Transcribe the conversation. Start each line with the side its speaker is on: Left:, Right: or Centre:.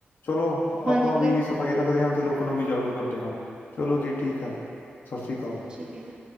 Left: ਚਲੋ,
Right: ਹਾਂਜੀ
Left: ਆਪਾਂ ਵੀ,
Right: ਤੇ
Left: ਸਫ਼ਾਈ ਰੱਖਦੇ ਹਾਂ। ਤੇ ਲੋਕ ਨੂੰ ਵੀ, ਜਾਗਰੂਕ, ਕਰਦੇ ਆ। ਚਲੋ ਜੀ। ਠੀਕ ਹੈ। ਸਤਿ ਸ਼੍ਰੀ ਅਕਾਲ।
Right: ਠੀਕ ਹੈ ਜੀ